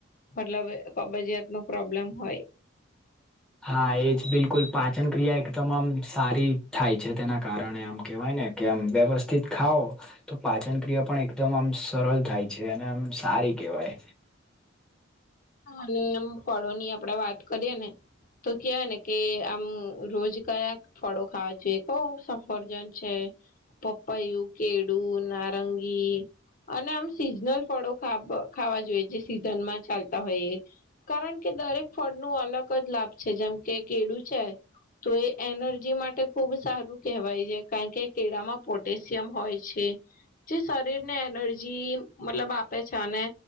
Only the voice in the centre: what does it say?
હા એજ બિલકુલ પાચન ક્રિયા એક તમામ સારી થાય છે તેના કારણે આમ કેવાય ને. કેમ વ્યવસ્થિત ખાાવઓ તો પાચન ક્રિયા પણ એકદમ આમ સરળ થાય છે અને આમ સારી કહેવાય.